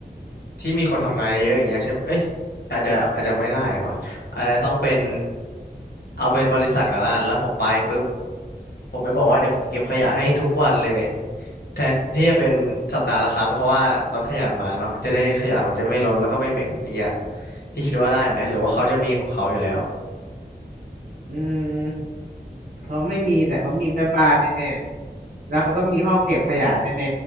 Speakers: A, on the left (about 65°); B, on the right (about 55°).
A: ที่มีคนทำงานเยอะๆอย่างเงี้ยใช่ไหมเอ้ยอาจจะอาจจะไม่ได้เลยวะอาจจะต้องเป็นเอาเป็นบริษัทก่อนละกันแล้วผมไปปุ๊บผมไปบอกว่าเดี๋ยวผมเก็บขยะให้ทุกวันเลยแทนที่จะเป็นสัปดาห์ละครั้งเพราะว่ารถขยะมันมาเนาะจะได้ขยะมันจะไม่ล้นแล้วก็ไม่เหม็นอย่างเงี้ยพี่คิดว่าได้ไหมหรือว่าเขาจะมีของเขาอยู่แล้ว
B: อืมเขาไม่มีแต่เขามีแม่บ้านแน่ๆแล้วเขาก็มีห้องเก็บขยะแน่